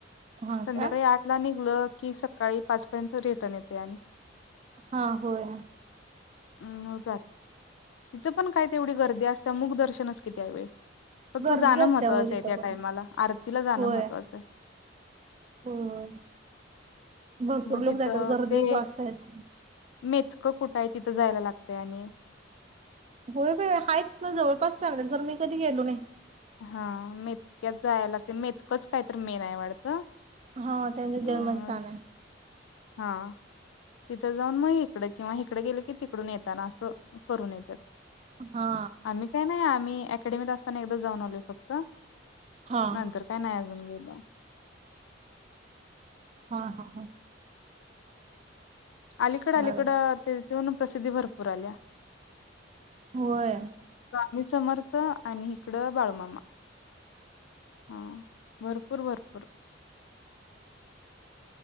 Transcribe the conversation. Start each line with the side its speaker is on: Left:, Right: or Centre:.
Right: हा
Left: संध्याकाळी
Right: का
Left: आठ ला आणि लं की सकाळी पाच पर्यंत रिटर्न येते आणि
Right: हा हो या
Left: हम् तिथं पण काय तेवढी गर्दी असत मुग दर्शनच कि त्यावेेळ फक्त
Right: गर्दीच
Left: जाणं महत्त्वाचं
Right: असते हो तिथं
Left: आहे त्या
Right: पण
Left: टायमाला आरतीला जाणं
Right: होय
Left: महत्त्वाचं आहे
Right: होय. भरपूर
Left: मग तिथं
Right: लोक जातात गर्दी
Left: ते
Right: वाजता येत
Left: मेथकं कुठं आहे तिथं जायला लागतय आणि
Right: होय भ हायच ना जवळपास चांगलं तर मी कधी गेलो नाही
Left: हा म क्यात जाय लागते मेथकच काय तर मेन आहे वाटतं
Right: हा त्यांचं
Left: अ
Right: जन्मस्थान आहे
Left: हा तिथं जाऊन मग इकड किंवा इकडें गेलं की तिकडून येताना असं करून येतात
Right: हा
Left: आम्ही काय नाही आम्ही अकडेमी असताना एकदा जाऊन फक्त
Right: हा
Left: नंतर काय नाही अजून गे ह
Right: हा हा हा
Left: अलीकड अलीकडं
Right: बरोबर
Left: ते ते म्हण प्रसिद्धी भरपूर आल्या
Right: होय.
Left: मी समर्थ आणि इकडं बाळूमामा. हा भरपूर भरपूर.